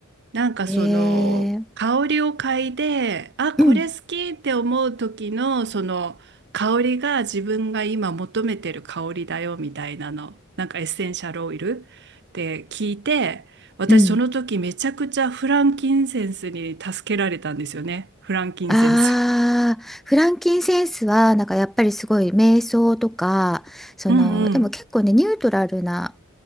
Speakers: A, on the right; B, in the centre.
A: なんかその香りを嗅いで、
B: う。えー、
A: あ、これ好きって思う時のその香りが自分が今求めてる香りだよみたいなの、
B: うん、
A: なんかエッセンシャルオイルって聞いて、私その時めちゃくちゃフランキンセンスに助けられたんですよね。
B: うん。
A: フランキンセンス。
B: ああ、フランキンセンスは、なんかやっぱりすごい瞑想とか、その、
A: うんうん
B: でも結構ね、ニュートラルな、